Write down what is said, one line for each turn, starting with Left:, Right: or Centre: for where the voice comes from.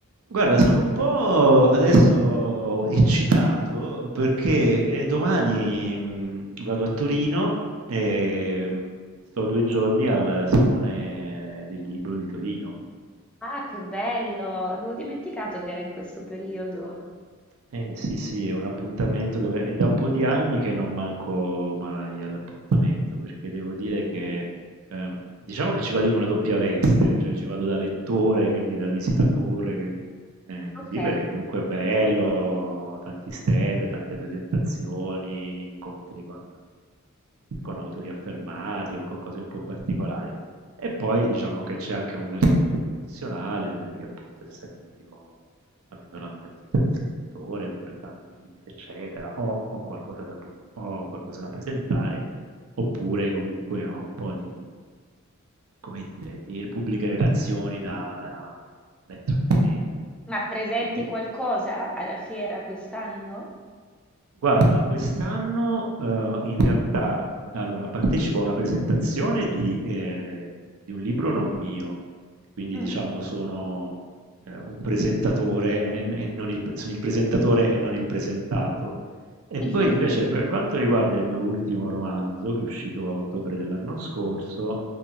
Right: Guarda, sono un po' adesso eccitato perché eh, domani mh, vado a Torino e mh, sto due giorni al Salone del Libro di Torino.
Centre: Ah, che bello! Avevo dimenticato che era in questo periodo.
Right: Eh sì, sì, è un appuntamento dove è da un po' di anni che non manco mai all'appuntamento, perché devo dire che ehm, diciamo che ci vado in una doppia veste, cioè ci vado da lettore, quindi da visitatore, eh,
Centre: Ok,
Right: così perché comunque è bello, tanti stand, tante presentazioni, incontri con, con autori affermati o con cose un po' particolari. E poi diciamo che c'è anche un versante professionale, perché appunto essendo io Avendo la mia attività di scrittore, pubblicando libri, eccetera, ho ho qualcosa da pu ho qualcosa da presentare, oppure comunque ho un po' di, come dire, di pubbliche relazioni da da da intrattenere, no,
Centre: ma presenti
Right: e quin
Centre: qualcosa alla fiera quest'anno?
Right: Guarda, quest'anno, uhm, in realtà allora partecipo a una presentazione di ehm, di un libro non mio, quindi
Centre: Mm.
Right: diciamo sono, ehm, un presentatore e n e non il p sono il presentatore e non il presentato. E
Centre: <laughs>
Right: poi invece per quanto riguarda il mio ultimo romanzo, che è uscito a ottobre dell'anno scorso,